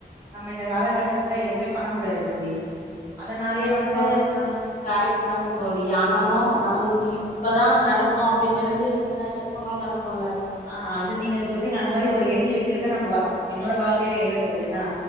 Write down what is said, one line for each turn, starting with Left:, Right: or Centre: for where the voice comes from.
Right: நம்ம இந்த காலகட்டத்துல எதுவுமே பண்ண முடியாது தோழி அதனாலயே
Left: நீங்க
Right: வந்து
Left: சொல்றது
Right: நம்
Left: வந்து கரெக்ட்தாங்க தோழி ஆனாலு நம்மளுக்கு இது இப்பதா நடக்கு அப்டின்னு எழுதி வச்சிருந்தா எப்பனாலு நடக்கும்ல
Right: ஆஹ் அது நீங்க சொல்றீங்க அந்த மாரி ஒரு எழுதி வைக்கிறது நம்ப என்னோட வாழ்க்கையில இல்ல தோழி ஏன்னா